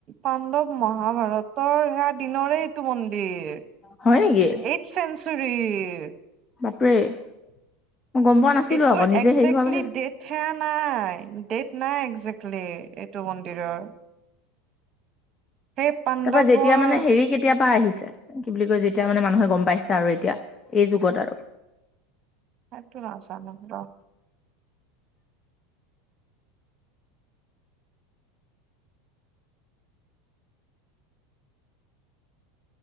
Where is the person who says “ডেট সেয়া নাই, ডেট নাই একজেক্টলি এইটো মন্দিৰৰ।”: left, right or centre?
Right